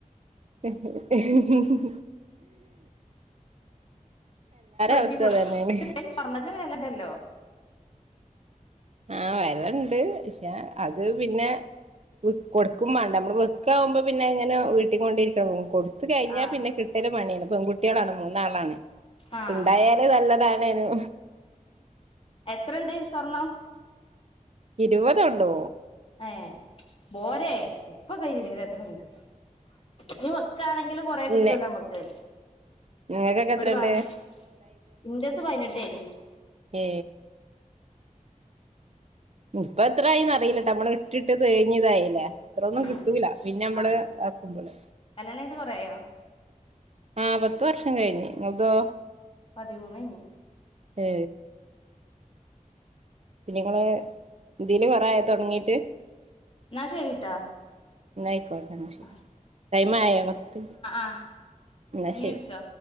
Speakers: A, on the right; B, on the left.
A: ഹ ഹ മം
B: സ്വൈര്യം
A: അവസ്ഥ
B: കൊടുക്കും
A: അതന്നെയാണ്
B: സ്വർണ്ണത്തിന് വേലണ്ടല്ലോ
A: ആഹ് വിലണ്ട് പക്ഷെ അത് പിന്നെ കൊടുക്കും മാണ്ട നമ്മള് വെക്ക് ആവുമ്പോ പിന്നെ ഇങ്ങനെ വീട്ടി കൊണ്ടിരിക്കാവും കൊടുത് കഴിഞ്ഞാ
B: ആഹ്
A: പിന്നെ കിട്ടൽ പണിയാണ് പെൺ കു കുട്ടികളാണ് മൂന്നാളാണ്
B: ആഹ്
A: ഇണ്ടായാല് നല്ലതാണ്നു
B: എത്രണ്ട് സ്വർണം
A: ഇരുപത് ഒള്ളൂ
B: ഏ പോരെ ഇപ്പ കഴിയും ഇതത്ര ഇങ്ക് ഇനി വെക്കാണെങ്കിലും കൊറേ കിട്ടലോ
A: ഇല്ലെ
B: നമ്മക്ക്
A: നിങ്ങക്കൊക്കെ എത്രണ്ട്
B: ഒരു പനിശ് ഇന്റത്തു പൈനെട്ട് നി
A: ഏ ഇപ്പ എത്രായിന്ന് അറിയില്ലട്ടോ നമ്മള് ഇട്ടിട്ട് തേഞ്ഞ്തായില്ലേ അത്രൊന്നും
B: ഉം
A: കിട്ടൂല പിന്നെ നമ്മള്
B: ആഹ്
A: ആക്കുമ്പള്
B: കല്യാണം കഴിഞ്ഞിട്ട് കൊറേ ആയോ
A: ആഹ് പത്ത് വർഷം കഴിഞ്ഞ് നിങ്ങതോ
B: പതിമൂന്ന്ഴിഞ്ഞ്
A: ഏ.. പിന്നെ നിങ്ങള് ദില് കുറായോ തോടങ്ങീട്ട്
B: എന്നാ ശരിട്ടോ
A: ന്നയിക്കോട്ടെ
B: ആഹ്
A: ട്ടയ്മായോ പത്ത്
B: ആഹ്
A: ഇന്നാ
B: ഇനി
A: ശരി
B: വിളിച്ചോ